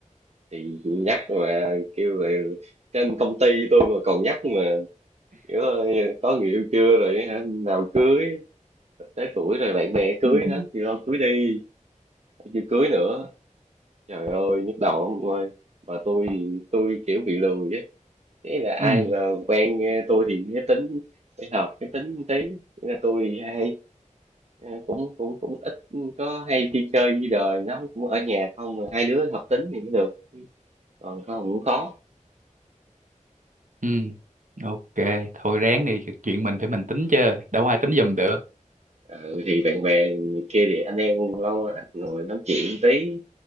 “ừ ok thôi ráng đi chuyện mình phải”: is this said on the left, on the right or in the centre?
Right